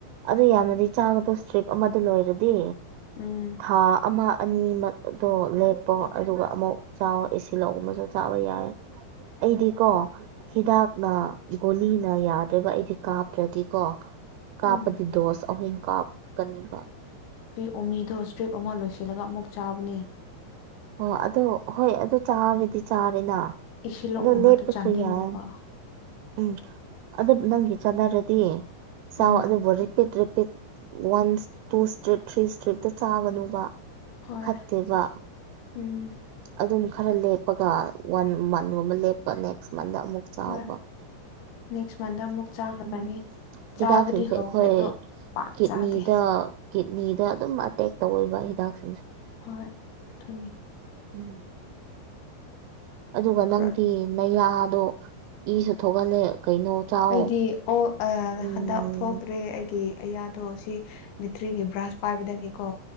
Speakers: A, on the right; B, on the left.
A: ꯑꯗꯨ ꯌꯥꯝꯅꯗꯤ ꯆꯥꯉꯗ ꯏꯁꯇ꯭ꯔꯤꯞ ꯑꯃꯗꯨ ꯂꯣꯏꯔꯗꯤ
B: ꯎꯝ
A: ꯊꯥ ꯑꯃ ꯑꯅꯤꯃꯛꯗꯣ ꯂꯦꯞꯄꯣ ꯑꯗꯨꯒ ꯑꯃꯨꯛ ꯆꯥꯑꯣ ꯑꯦꯁꯤꯂꯣ ꯒꯨꯝꯕꯁꯨ ꯆꯥꯕ ꯌꯥꯏ ꯑꯩꯗꯤꯀꯣ ꯍꯤꯗꯥꯛꯅ ꯒꯣꯂꯤꯅ ꯌꯥꯗ꯭ꯔꯦꯕ ꯑꯩꯗꯤ ꯀꯥꯞꯇ꯭ꯔꯗꯤ ꯀꯣ ꯀꯥꯞꯄꯗꯤ
B: ꯎꯝ
A: ꯗꯣꯁ ꯑꯍꯨꯝ ꯀꯥꯞꯀꯅꯤꯕ
B: ꯑꯣꯃꯤꯗꯨ ꯏꯁꯇ꯭ꯔꯤꯞ ꯑꯃ ꯂꯣꯏꯁꯤꯜꯂꯒ ꯑꯃꯨꯛ ꯆꯥꯕꯅꯦ
A: ꯑꯣ ꯑꯗꯣ ꯍꯣꯏ ꯑꯗꯨ ꯆꯥꯔꯗꯤ ꯆꯥꯔꯦꯅ
B: ꯏꯁꯤꯂꯣꯛꯒꯨꯝꯕꯗꯨ
A: ꯑꯗꯣ ꯂꯦꯞꯄꯁꯨ
B: ꯆꯥꯅꯤꯡꯗꯕ
A: ꯌꯥꯌꯦ ꯎꯝ ꯑꯗꯨꯞ ꯅꯪꯒꯤ ꯆꯅꯔ ꯗꯤ ꯆꯥꯎ
B: ꯎꯝ
A: ꯑꯗꯨꯕꯨ repeat trip one two strip three ꯏꯁꯇ꯭ꯔꯤꯞꯇ ꯆꯥꯒꯅꯨꯕ
B: ꯍꯣꯏ
A: ꯐꯠꯇꯦꯕ
B: ꯎꯝ
A: ꯑꯗꯨꯝ ꯈꯔ ꯂꯦꯞꯄꯒ ꯋꯥꯟ ꯃꯟꯒꯨꯝꯕ ꯂꯦꯞꯄ ꯅꯦꯛꯁ ꯃꯟꯗ ꯑꯃꯨꯛ ꯆꯥꯎꯕ
B: ꯍꯣꯏ ꯅꯦꯛꯁ ꯃꯟꯗ ꯑꯃꯨꯛ ꯆꯥꯈ꯭ꯔꯅꯤ
A: ꯎꯝ ꯍꯤꯗꯥꯛꯁꯤꯡꯁꯦ
B: ꯆꯥꯕꯗꯤ ꯍꯧꯈ꯭ꯔꯦ
A: ꯑꯩꯈꯣꯏ
B: ꯑꯗꯣ ꯄꯥꯛ
A: ꯀꯤꯠꯅꯤꯗ
B: ꯆꯥꯗꯦ
A: ꯀꯤꯠꯅꯤꯗ ꯑꯗꯨꯝ ꯑꯇꯦꯛ ꯇꯧꯋꯦꯕ ꯍꯤꯗꯥꯛꯁ
B: ꯍꯣꯏ ꯑꯗꯨꯅꯤ
A: ꯎꯝ ꯑꯗꯨꯒ
B: ꯈꯔ
A: ꯅꯪꯗꯤ ꯃꯩꯌꯥꯗꯣ ꯏꯁꯨ ꯊꯣꯛꯍꯜꯂꯦ ꯀꯩꯅꯣ ꯆꯥꯎ
B: ꯑꯩꯗꯤ ꯑꯣ ꯑꯥ
A: ꯎꯝ
B: ꯍꯟꯗꯛ ꯊꯣꯛꯇ꯭ꯔꯦ ꯑꯩꯒꯤ ꯑꯌꯥꯗꯣ ꯁꯤ ꯂꯤꯇ꯭ꯔꯤꯒꯤ ꯕ꯭ꯔꯥꯟꯁ ꯄꯥꯏꯕꯗꯒꯤꯀꯣ